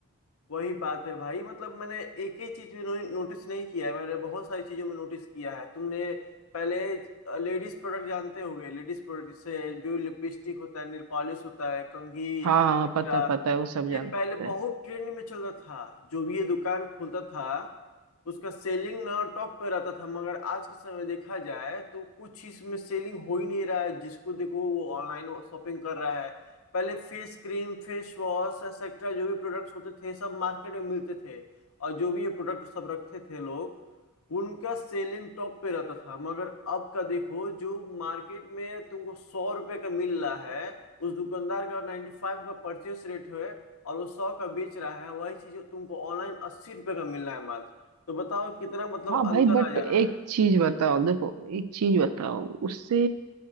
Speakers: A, on the left; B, on the right.
A: वही बात है भाई मतलब मैंने एक ही चीज भी नो, नोटिस नहीं किया है मैंने बहुत सारी चीजों में नोटिस किया है तुमने पहले लेडीज प्रोडक्ट जानते होगे लेडीज प्रोडक्ट से जो लिपस्टिक होता है नेल पॉलिश होता है कंघी
B: हाँ
A: एक्सेट्रा
B: हाँ हाँ, पता पता है वो सब जानते
A: ये पहले
B: हैं
A: बहुत ट्रेंड में चल रहा था जो भी ये दुकान खोलता था उसका सेलिंग ना टॉप पे रहता था मगर आज के समय देखा जाए तो कुछ इसमें सेलिंग हो ही नहीं रहा है जिसको देखो वो ऑनलाइन शॉपिंग कर रहा है पहले face cream face wash etcetera जो भी प्रोडक्ट्स होते थे सब मार्केट में मिलते थे और जो भी ये प्रोडक्ट सब रखते थे लोग उनका सेलिंग टॉप पे रहता था मगर अब का देखो जो मार्केट में तुमको सौ रुपए का मिल रहा है उस दुकानदार का नाइन्टी फाइव का परचेस रेट है और वो सौ का बेच रहा है वही चीज तुमको ऑनलाइन अस्सी रुपये का मिल रहा है मात्र तो बताओ कितना मतलब
B: हाँ
A: अंतर
B: भाई बट
A: आ जा
B: एक
A: रहा है
B: चीज बताओ देखो एक चीज बताओ उससे